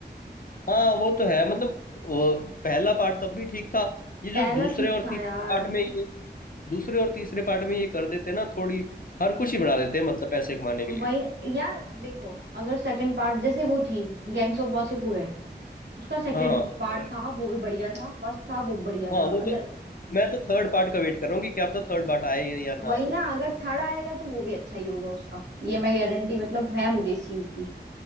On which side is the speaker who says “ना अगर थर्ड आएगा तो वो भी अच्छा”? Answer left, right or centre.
Right